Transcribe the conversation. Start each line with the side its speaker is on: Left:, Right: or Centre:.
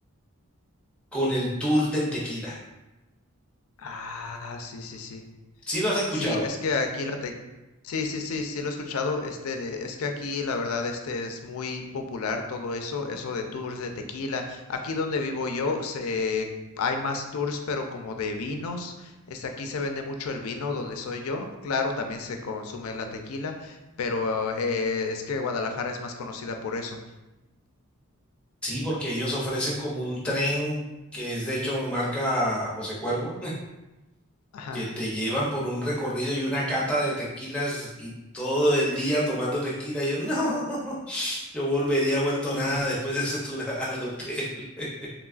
Centre: Con el tour del tequila.
Left: Ah, sí, sí, sí.
Centre: ¿Sí lo has escuchado?
Left: Sí, es que aquí la te... Sí, sí, sí, sí lo he escuchado. Este, es que aquí la verdad este es muy popular todo eso, eso de tours de tequila. Aquí donde vivo yo se hay más tours, pero como de vinos. Este, aquí se vende mucho el vino donde soy yo. Claro, también se consume la tequila, pero eh, es que Guadalajara es más conocida por eso.
Centre: Sí, porque ellos ofrecen como un tren que es de hecho marca José Cuervo
Left: Ajá.
Centre: que te llevan por un recorrido y una cata de tequilas y todo el día tomando tequila. Y yo, no, <laughs> yo volvería vuelto
Left: Sí.
Centre: nada después de ese tour a- al hotel. <laughs>